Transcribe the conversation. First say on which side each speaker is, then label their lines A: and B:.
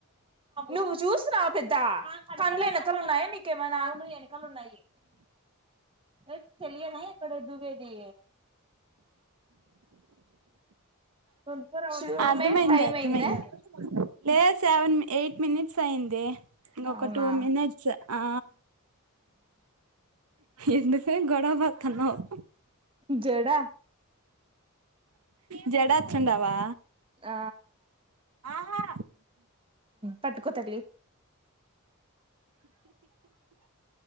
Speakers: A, on the right; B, on the right.
A: నువ్వు చూస్తున్నావా పెద్ద కండ్ల వెనకలు ఉన్నాయా నీ ఏమైనాలు ను ఏనుకాలు ఉన్నాయి ఏ చలియనా ఇక్కడ దుబేది ఉమ్ చూడు
B: అర్ధమైంది
A: మే టైం
B: అర్థమైంది
A: అయిందా
B: లేదా సెవెన్ ఎయిట్ మినిట్స్ అయ్యిందే ఇంకా ఒక
A: అవునా
B: టూ మినిట్స్ ఆ ఎందుకే గోడవా పడుతున్నావ్
A: జడా
B: జడా ఎత్తుడావా
A: ఆ
B: ఆహా
A: పట్టుకో తల్లి